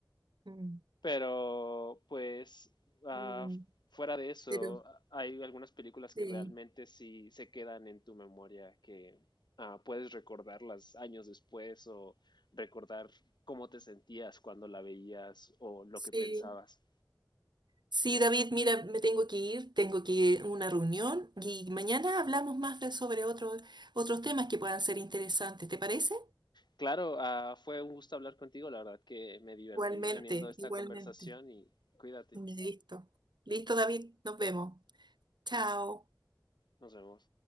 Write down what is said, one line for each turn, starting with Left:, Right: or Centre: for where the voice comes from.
Right: Mm,
Left: pero, pues, ah,
Right: mm,
Left: fuera de eso,
Right: pero
Left: hay algunas películas que
Right: sí,
Left: realmente sí se quedan en tu memoria, que ah, puedes recordarlas años después o recordar cómo te sentías cuando la veías o lo
Right: sí.
Left: que pensabas.
Right: Sí, David, mira, me tengo que ir, tengo que ir a una reunión y mañana hablamos más de- sobre otros otros temas que puedan ser interesantes, ¿te parece?
Left: Claro, ah, fue un gusto hablar contigo, la verdad que me divertí
Right: Igualmente,
Left: teniendo esta
Right: igualmente.
Left: conversación y cuídate,
Right: Listo. Listo, David, nos vemos. Chao.
Left: nos vemos.